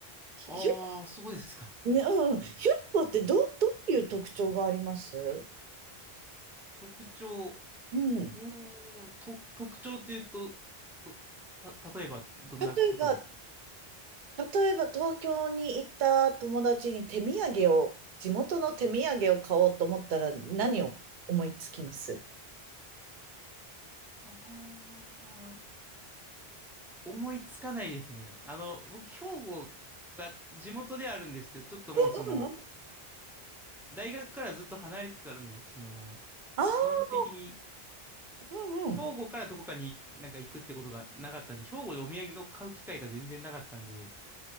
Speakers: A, on the right (about 55°); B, in the centre.
A: ひひ
B: ああ、そうですか。
A: ね、うん、兵庫ってどう、どういう特徴があります
B: 特徴、
A: うん。
B: うーん、と、特徴っていうと、と、た、例えばどんなことですか
A: 例えば、例えば東京に行った友達に手土産を、地元の手土産を買おうと思ったら何を思いつきます
B: ああー、思いつかないですね。あの、僕、兵庫が地元ではあるんですけど、ちょっともうその、
A: えうんうん。
B: 大学からずっと離れてたんで、その、
A: ああ
B: 基本的に、
A: ー、うんうん。
B: 兵庫からどこかになんか行くってことがなかったんで、兵庫でお土産を買う機会が全然なかったんで、